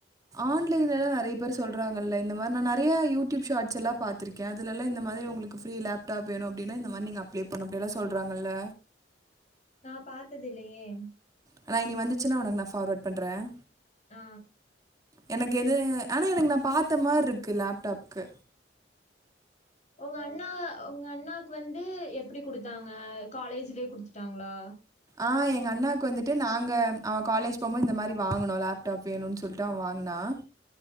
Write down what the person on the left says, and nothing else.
நான பா்த்தது இல்லயே
ஆ
உங்க அண்ணா உங்க அண்ணாக்கு வந்து எப்டி குடுத்தாங்க காலேஜ்லயே குடுத்துட்டாங்களா